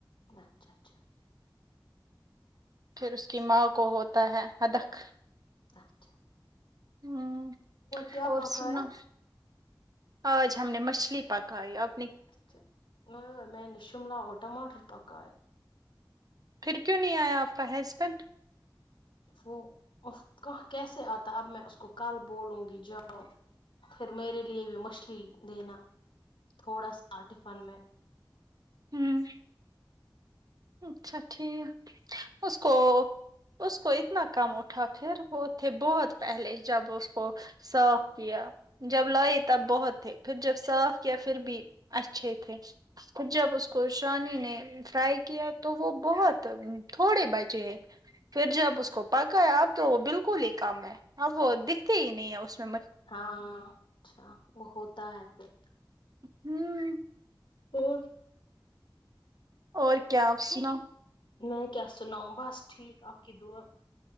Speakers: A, on the left; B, on the right.
A: اچھا اچھا
B: پھر اس کی ماں کو ہوتا ہے ادک
A: اچھا
B: ہوں
A: کیا
B: اور
A: پکایا
B: سناو آج ہم نے مچھلی پکائی اب
A: چ میں نش شملہ اور ٹماٹر پکاہے
B: پھر کیوں نہیں آیا آپ کا ہیزبینڈ
A: وہ کہاں کیسے آتا اب میں اس کو کل بولوں گی جب پھر میرے لیے بھی مچھلی دینا تھوڑا سا ٹفن میں
B: ہوں اچھا ٹھیک اس کو اس کو اتنا کم اٹھا پھر وہ تھے بہت پہلے جب اس کو صاف کیا جب لائے تب بہت تھے پھر جب صاف کیا پھر بھی اچھے تھے جب اس کو شانی نے فرائی کیا تو وہ بہت تھوڑے بچے پھر جب اس کو پکایا اب تو وہ بالکل ہی کم ہے اب وہ دکھتے ہی نہیں ہےاس
A: ہاں اچھا وہ ہوتا ہے پھر
B: ہوں
A: اور
B: اور کیا آپ سناؤ
A: میں کیا سناؤ بس ٹھیک آپ کی دعا